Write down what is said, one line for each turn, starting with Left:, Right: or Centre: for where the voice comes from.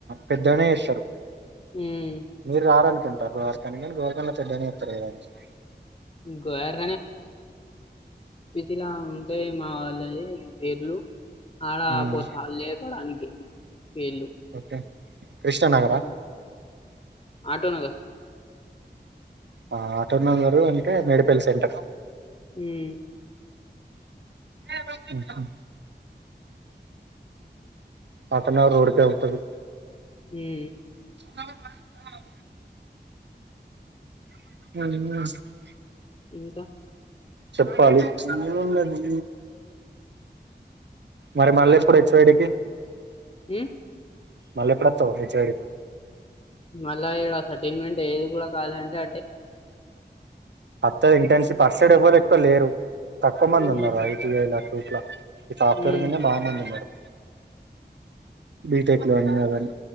Right: పెద్దగనే చేస్తారు
Left: ఉమ్
Right: మీరు రారనుకుంట గోవఖ కానీ గోర్కర్ లో పెద్ద అని చెతారు ఆని <unintelligible>
Left: గోయర్ ఇలా ఉంటయి మా వాళ్ళది పేర్లు ఆడాపో
Right: ఉమ్
Left: తాడ్లే ఆనికె వీళ్ళు
Right: ఓకే కృష్ణానగరా
Left: ఉమ్.. ఆటోనగర్
Right: ఆ ఆటోనగర్ అంటే మేడిపల్లి సెంటర్
Left: ఉమ్..
Right: మ్ హుమ్మ్ ఆటోనగర్ రోడ్ కెళ్తది
Left: మ్..
Right: <unintelligible> <unintelligible>
Left: ఇంకా
Right: చెప్పాలి ఏఉన్నదీ మరి మళ్ళెప్పుడు హెచ్ వై డికి
Left: మ్
Right: మళ్లెప్పుడొత్తవ్ హెచ్ వై డి తొ
Left: మళ్ళా ఈడ సెటిల్మెంట్ ఏది కూడా కాదంటె అటే
Right: అత్త ఇంటర్న్షిప్ అటు సైడ్ ఎవ్వరు ఎక్కువ లేరు తక్కువ మంది
Left: ఉమ్
Right: ఉన్నారు ఐదు వేలకు ఇట్లా ఇట్టా ఆప్కరు
Left: ఉమ్
Right: మిన్నె బా మందిఉన్నారు బీటెక్ లో అని కదని